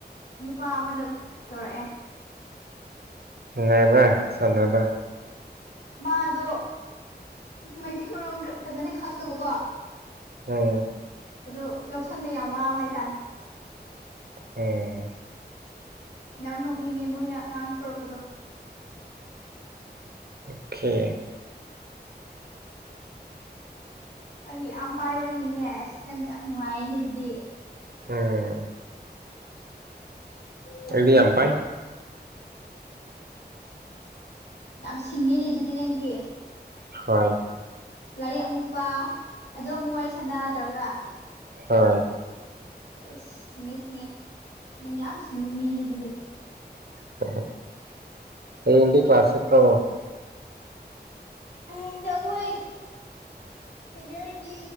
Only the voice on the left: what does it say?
ꯅꯨꯄꯥ ꯑꯃꯅ ꯇꯧꯔꯛꯑꯦ
ꯃꯥꯗꯣ ꯃꯩꯇꯩ ꯃꯔꯣꯡ ꯈꯔ ꯐꯖꯅ ꯈꯪꯗꯕꯀꯣ
ꯑꯗꯣ ꯂꯧꯁꯪꯕ ꯌꯥꯝ ꯋꯥꯕ ꯍꯥꯏꯇꯥꯔꯦ
ꯌꯥꯝ ꯅꯣꯛꯅꯤꯡꯉꯦ ꯃꯣꯏꯅ ꯑꯉꯥꯡ ꯊꯣꯔꯛꯄꯗꯣ
ꯅꯪꯗꯤ ꯌꯥꯝ ꯄꯥꯏꯕꯒꯤꯅꯤꯅꯦ ꯑꯁ ꯅꯪ ꯌꯥꯝ ꯅꯨꯡꯉꯥꯏꯔꯅꯦ ꯑꯗꯨꯗꯤ
ꯐꯩꯌꯦ
ꯌꯥꯝ ꯁꯤꯡꯉꯤꯅꯦ ꯑꯗꯨꯗꯤ ꯅꯪꯗꯤ
ꯂꯥꯏꯔꯤꯛ ꯑꯃꯨꯛꯄ ꯑꯗ ꯑꯃꯨꯛ ꯋꯥꯔꯤ ꯁꯥꯟꯅ ꯇꯧꯔꯒ
ꯑꯦꯁ ꯁꯤꯡꯉꯦ ꯁꯤꯡꯉꯦ ꯅꯪ ꯌꯥꯝ ꯁꯤꯡꯕ ꯃꯤꯅꯦ ꯑꯗꯨꯗꯤ
ꯍꯌꯦꯡꯁꯦ ꯑꯩꯈꯣꯏ ꯁꯦꯅꯤꯌꯔꯒꯤ